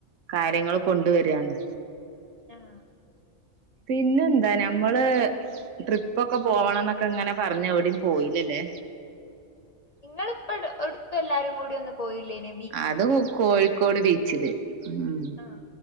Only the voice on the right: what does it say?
കാര്യങ്ങൾ കൊണ്ട് വരാണ്.
പിന്നെന്താ ഞമ്മള്. ട്രിപ്പൊക്കെ പോവണം ന്നൊക്കെ ഇങ്ങനെ പറഞ്ഞ് എവിടയും പോയിലല്ലേ.
അതും കോഴിക്കോട് ബീച്ചില് ഉം.